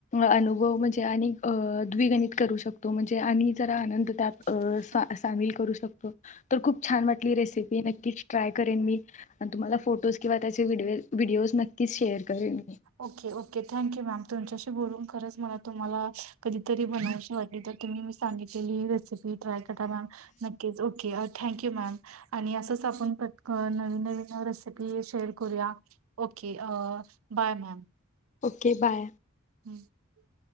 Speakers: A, on the left; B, on the right.
A: अनुभव म्हणजे आणि अ द्विगणित करू शकतो. म्हणजे आणि जरा आनंद त्यात
B: तर
A: अ सामील करू शकतो. तर खूप छान वाट ही रेसिपी नक्कीच ट्राय करेन मी आणि तुम्हाला फोटोज किंवा त्याचे व्हिडिओ नक्कीच शेअर करेन मी
B: okay okay thank you ma'am तुमच्याशी बोलून खरंच मला तुम्हाला कधीतरी बनवशी वाटली. तर तुम्ही मी सांगितलेली रेसिपी ट्राय करा मॅम नक्कीच ओके थँक्यू मॅम आणि असंच आपण पटकन नवीन नवीन रेसिपी शेअर करूया ओके आ बाय मॅम
A: ओके बाय
B: <inaudible>